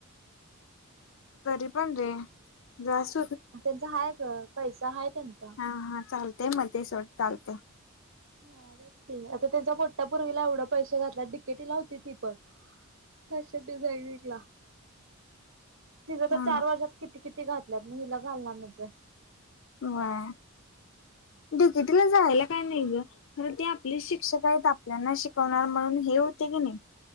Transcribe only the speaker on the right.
त्यांचा हाय का पैसा हाय. त्यांचा.
हा बघ की, आता त्यांचा मोठ्या पोरगीला एवढं पैसे घातला टिकेटी ला होती ती पण, अछे ब जागटला <inaudible> तिचं तर
चार वर्षात किती -किती घातल्यात मग हिला घालणार नाही होय.
ह <inaudible>